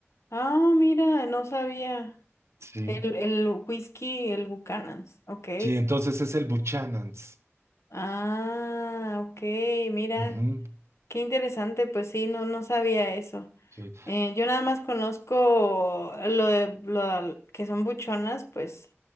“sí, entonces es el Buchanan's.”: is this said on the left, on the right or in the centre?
Right